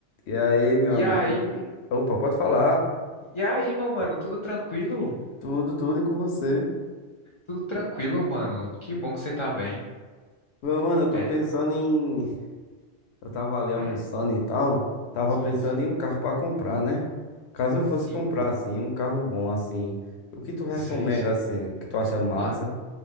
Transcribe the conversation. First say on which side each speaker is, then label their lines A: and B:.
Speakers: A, on the left (about 80°); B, on the left (about 40°).
A: E aí, meu
B: E
A: amigo?
B: aí,
A: tu- Opa, pode falar.
B: e aí, meu mano, tudo tranquilo?
A: Tudo, tudo e com você.
B: Tudo tranquilo, mano. Que bom que você tá bem.
A: Meu mano, eu tô
B: É,
A: pensando em. Eu tava ali almoçando
B: hum,
A: e tal. Tava
B: sim,
A: pensando
B: sim.
A: em um carro pra comprar, né? Caso eu fosse
B: Sim,
A: comprar,
B: mano.
A: assim, um carro bom, assim. O que tu recomenda,
B: Sei, sei.
A: assim? O que tu acha massa?
B: Mano,